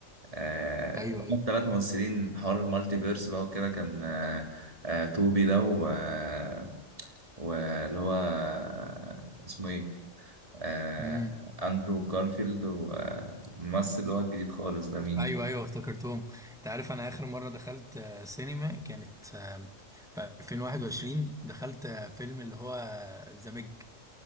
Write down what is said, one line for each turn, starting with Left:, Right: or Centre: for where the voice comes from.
Right: آه،
Centre: ايوه ايوه
Right: ثلاث ممثلين حوار المالتي فيرس بقى وكده كان آه، آه، توبي ده و آه، واللي هو آه، اسمه ايه آه،
Centre: امم
Right: اندرو جارفيلد والممثل اللي هو الجديد خالص ده مين
Centre: ايوه ايوه افتكرتهم انت عارف انا اخر مره دخلت آه، سينما كانت آه، في 2021 دخلت آه، فيلم اللي هو الزمج